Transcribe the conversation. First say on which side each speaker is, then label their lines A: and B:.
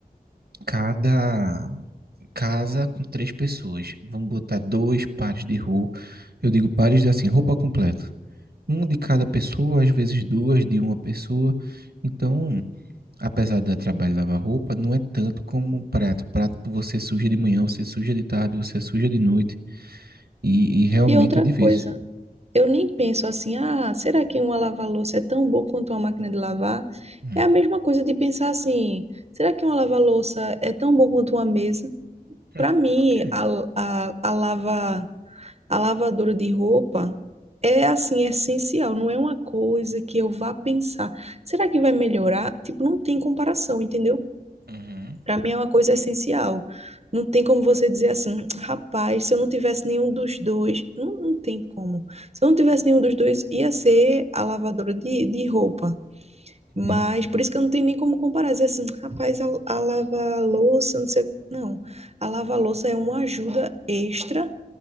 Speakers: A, on the right; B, on the right.
A: cada casa com três pessoas, vamos botar dois pares de roupa, eu digo pares de assim, roupa completa. Um de cada pessoa, às vezes duas de uma pessoa. Então, apesar de dar trabalho de lavar roupa, não é tanto como o prato. O Prato você suja de manhã, você suja de tarde, você suja de noite. E, e realmente
B: E outra
A: é difícil.
B: coisa, eu nem penso assim, ah, será que uma lava-louça é tão bom quanto uma máquina de lavar?
A: Hum.
B: É a mesma coisa de pensar assim, será que uma lava-louça é tão bom quanto uma mesa?
A: <laughs>
B: Para mim,
A: Por quê?
B: a, a, a lava, a lavadora de roupa é assim, essencial, não é uma coisa que eu vá pensar, será que vai melhorar? Tipo, não tem comparação, entendeu?
A: Uhum.
B: Para mim é uma coisa essencial. Não tem como você dizer assim, rapaz, se eu não tivesse nenhum dos dois, não, não tem como. Se eu não tivesse nenhum dos dois, ia ser a lavadora de, de roupa. Mas
A: Entendi.
B: por isso que eu não tenho nem como comparar, dizer assim, rapaz, a, a lava-louça, não sei. Não, a lava-louça é uma ajuda extra,